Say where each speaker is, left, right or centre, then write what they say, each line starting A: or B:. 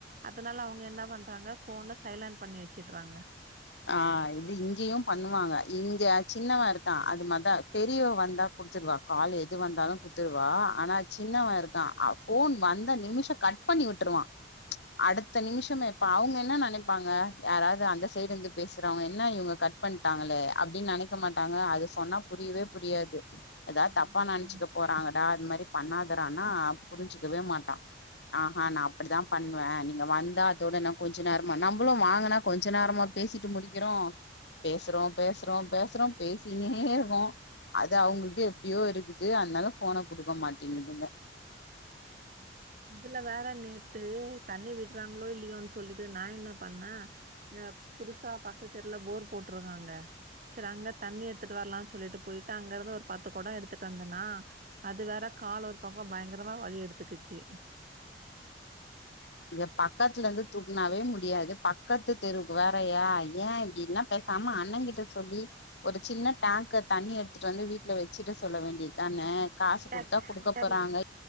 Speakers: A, on the right; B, on the left.
A: அதனால அவுங்க என்ன பண்றாங்க ஃபோன சைலன்ட் பண்ணி வெச்சிட்றாங்க
B: அ இது இங்கியும் பண்ணுவாங்க இங்க சின்னவே இருக்கா அது மாதா பெரியவே வந்தா குடுத்துருவா காலு எது வந்தாலு குத்துருவா ஆனாச் சின்னவே இருக் தா அவ் ஃபோன் வந்த நிமிஷ கட் பண்ணி விட்ருவா அடுத்த நிமிஷமே இப்ப அவுங்க என்ன நெனைப்பாங்க யாராது அந்த சைடு இந்துப் பேசறவுங்க என்ன இவுங்க கட் பண்ட்டாங்களே அப்டின் நெனைக்க மாட்டாங்க அது சொன்னாப் புரியவே புரியாது எதாத்
A: ஆமாப்பா
B: தப்பா நென்ச்சுக்கப் போறாங்கடா அத் மாரிப் பண்ணாதறான்னா புரிஞ்சுக்கவே மாட்டா ஆஹா நா அப்டிதாம் பண்வே நீங்க வந்தா அதோட நா கொஞ்சோ நேரமா நம்புளு வாங்கனா கொஞ்ச நேரமாப் பேசிட்டு முடிக்கிறோ பேசறோ பேசறோ பேசறோம் பேசிகினே இருகோ அது அவுங்குள்க்கு எப்டியோ இருக்குது அன்னால ஃபோன குடுக்க மாட்டிங்கிதுங்க
A: ம் இதுல வேற நேத்து தண்ணி விட்றாங்ளோ இல்லியோன் சொல்லிட்டு நா என்னப் பண்ணே நப் புதுசாப் பக்கத் தெர்ல போர் போட்ருக்காங்க செரி அங்கத் தண்ணி எட்த்துட்டு வர்லான் சொல்லிட்டு போயிட்டு அங்க இருந்து ஒரு பத்து கொடோ எடுத்துட்டு வந்தனா அது வேற கால் ஒரு பக்கோ பயங்கரமா வழி எடுத்துகிச்சி
B: இங்கப் பக்கத்லந்து துக்னாவே முடியாது பக்கத்து தெருவுக்கு வேறயா ஏ இப்டி என்னப் பேசாம அண்ணேங் கிட்ட சொல்லி ஒரு சின்ன டேங்க்கர் தண்ணி எட்த்துட்டு வந்து வீட்ல வெச்சிட சொல்ல வேண்டித்தானே காசு
A: இல்ல
B: குடுத்தா
A: டேங்கர்ல
B: குடுக்க போறாங்க